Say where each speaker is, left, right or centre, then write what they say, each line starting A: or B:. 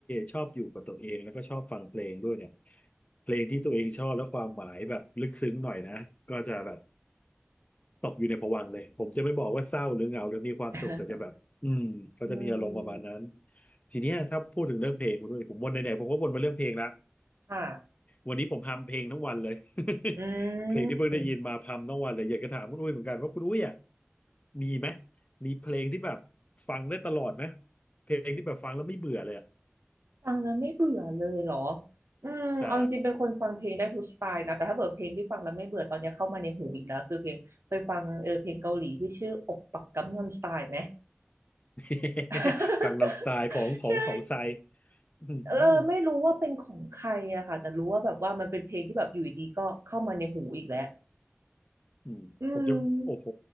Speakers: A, on the left; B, on the right.
A: ชอบอยู่กับตัวเองแล้วก็ชอบฟังเพลงด้วยเนี่ยเพลงที่ตัวเองชอบและความหมายแบบลึกซึ้งหน่อยนะก็จะแบบ ตกอยู่ในภวังค์เลย ผมจะไม่บอกว่าเศร้าหรือเหงาหรือมีความสุขแต่จะแบบอืมเขาจะมีอารมณ์ประมาณนั้น
B: <laughs> อืม
A: ทีเนี้ยถ้าพูดถึงเรื่องเพลงคุณด้วยผมวนไหนๆผมก็วนมาเรื่องเพลงละ
B: ค่ะ
A: วันนี้ผมพัมเพลงทั้งวันเลย
B: อื
A: <laughs> เพลงที่เพิ่งได้ยินมาพัมทั้งวันเลยอยากจะถามคุณอุ้ยเหมือนกันว่าคุณอุ้ยอ่ะ
B: ม
A: มีไหมมีเพลงที่แบบฟังได้ตลอดไหมเพลงที่แบบฟังแล้วไม่เบื่อเลยอ่ะ
B: ฟังแล้วไม่เบื่อเลยเหรออืมเอาจริงๆเป็นคนฟังเพลงได้ทุกสไตล์นะแต่ถ้าเปิดเพลงที่ฟังแล้วไม่เบื่อตอนนี้เข้ามาในหูอีกแล้วคือเพลงเคยฟังเออเพลงเกาหลีที่ชื่ออกปักกัมนัมสไตล์ไหม
A: ใช่ <laughs>
B: <laughs>
A: กังนัมสไตล์ของของของไซ
B: ใช่
A: อืม
B: เออไม่รู้ว่าเป็นของใครอะค่ะแต่รู้ว่าแบบว่ามันเป็นเพลงที่แบบอยู่ดีๆก็เข้ามาในหูอีกแล้ว
A: อืมผมจะโอ้โห
B: อืม